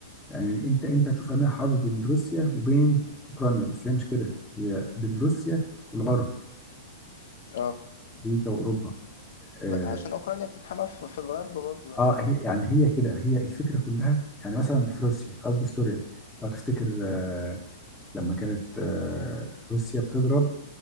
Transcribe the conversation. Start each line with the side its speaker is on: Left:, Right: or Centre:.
Centre: يعني انت انت هتشوف انها حرب بين روسيا وبين اوكرانيا بس هي مش كده هي بين روسيا والغرب
Left: <laughs> اه
Centre: امريكا واوروبا آه،
Left: بقى عشان اوكرانيا بتتحمى في في الغرب برضو يعني
Centre: اه هي يعني هي كده هي الفكره كلها يعني مثلا في روسيا قصدي في سوريا لو تفتكر آه، لما كانت آه، روسيا بتضرب